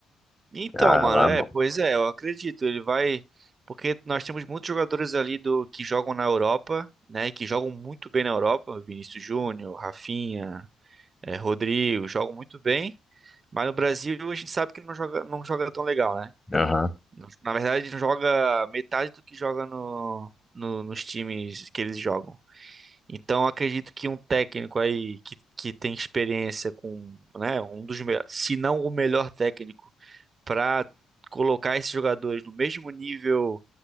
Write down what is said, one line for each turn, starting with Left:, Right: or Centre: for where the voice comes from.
Right: Então,
Left: Ah,
Right: mano,
Left: lá,
Right: é,
Left: mano.
Right: pois é, eu acredito, ele vai, porque nós temos muitos jogadores ali do que jogam na Europa, né, que jogam muito bem na Europa, Vinícius Júnior, Rafinha, é, Rodrigo, jogam muito bem, mas no Brasil a gente sabe que não joga, não joga tão legal, né?
Left: Aham,
Right: Na verdade, não joga metade do que joga no, no- nos times que eles jogam. Então, eu acredito que um técnico aí que, que tem experiência com, né, um dos melhores, se não o melhor técnico para colocar esses jogadores no mesmo nível